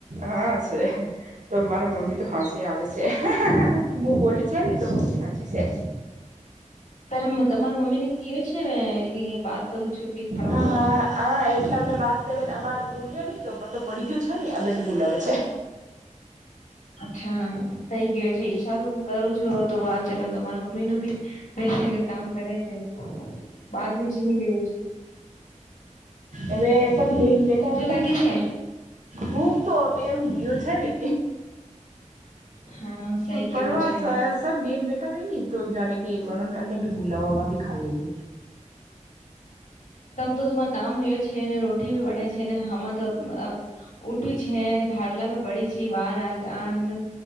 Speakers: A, on the right; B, on the left.
A: હાં. તો મારા મમ્મી તો હસી આવે છે હું બોલી છે ને તો મમ્મી હસી છે.
B: તમારા મમ્મી ને કયો છે વાત કરું છું. ફિર ખાણો
A: હા
B: ખાઉં છું
A: હા એટલા મે વાત કરે બોલ્યા નહી તો પતો પડી ગયો છે ને આ બંને બોલાવે છે
B: અચ્છા થઈ ગયો છે ઈ સારું કરું છું તો વાત ચાલો તમારા મમ્મી નું ભી બેસે છે કે કામ કરે છે બાદ મે જીમી લઈએ છે
A: એ સબ લેન બેટા
B: ભૂખ તો
A: એલા
B: લાગે છે
A: ભૂક તો એમ વ્યુ છે ને
B: હા સહી
A: પડવા
B: કેવો છે
A: સબ લેન બેઠ હુતા વયે ની તો જાણે કે અને ભી બુલા વા ભી ખા લઈ
B: તમ તો તમાર કામયો છેને રોટી બી બને છે ને હમાં તો ઉઠી છે ખાટલા મે પડી છે બાર આને